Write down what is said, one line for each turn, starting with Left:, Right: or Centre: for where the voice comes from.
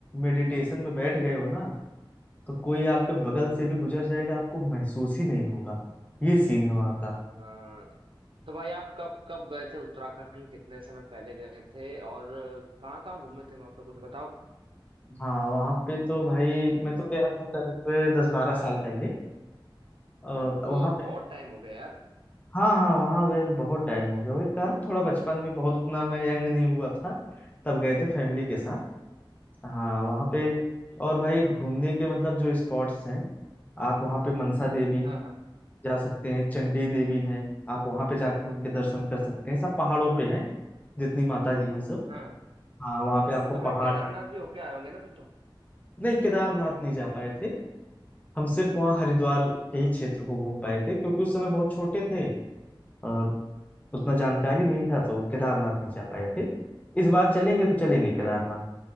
Left: मेडिटेशन में बैठ गए हो ना तो कोई आपके बगल से भी गुजर जाएगा आपको महसूस ही नहीं होगा ये सीन है वहाँ का
Right: हाँ तो भाई आप कब कब गए थे उत्तराखंड कितने समय पहले गए थे और कहाँ कहाँ घूमे थे वहां पे कुछ बताओ
Left: हाँ वहाँ पे तो भाई मैं तो गया था करीब दस बारह साल पहले और
Right: ओ
Left: वहाँ
Right: बहुत
Left: पे
Right: टाइम हो गया यार
Left: हाँ हाँ वहाँ गए तो बहुत टाइम हो गया वही कहा ना थोड़ा बचपन में बहुत उतना मैं यंग नहीं हुआ था तब गए थे फैमिली
Right: हाँ
Left: के साथ
Right: <clears throat>
Left: हाँ वहाँ पे
Right: हम्म,
Left: और भाई घूमने के मतलब जो स्पॉट्स हैं आप वहाँ पे मनसा देवी
Right: हाँ हाँ
Left: जा सकते हैं चंडी देवी है आप वहाँ पे जाके उनके दर्शन कर सकते हैं सब पहाड़ों पे हैं जितनी माता जी हैं सब
Right: हाँ।
Left: हाँ वहाँ पे आपको
Right: तो भाई
Left: पहाड़
Right: केदारनाथ भी होके आए होंगे ना तुम तो
Left: नहीं केदारनाथ नहीं जा पाए थे हम सिर्फ वहाँ हरिद्वार के ही क्षेत्र को घूम पाए थे क्योंकि उस समय बहुत छोटे थे और उतना जानकारी नहीं था तो केदारनाथ नहीं जा पाए थे इस बार चलेंगे तो चलेंगे केदारनाथ
Right: हाँ